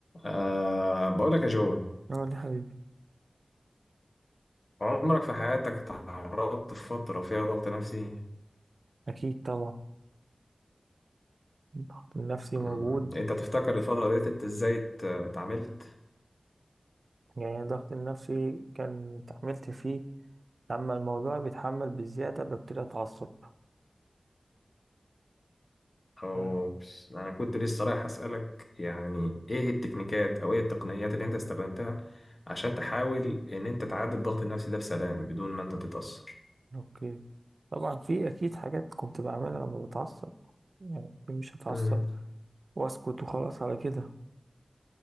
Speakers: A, on the left; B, on the right.
A: أه بقول لك يا جو
B: اه ليه حبيبي
A: عمرك في حياتك تعرضت في فترة فيها ضغط نفسي
B: اكيد طبعا الضغط النفسي
A: مم،
B: موجود
A: انت تفتكر الفترة ديت انت ازاي ات- اتعاملت
B: يعني الضغط النفسي كان اتحملت فيه اما الموضوع بيتحمل بزياده ببتدي اتعصب
A: او
B: آه.
A: بس- انا كنت لسه رايح اسألك يعني ايه التكنيكات او ايه التقنيات اللي انت استخدمتها عشان تحاول ان انت تعدي الضغط النفسي ده بسلام بدون ما انت تتأثر
B: اوكي طبعا في اكيد حاجات كنت بعملها لما بتعصب يعني مش هتعصب
A: امم
B: واسكت وخلاص على كده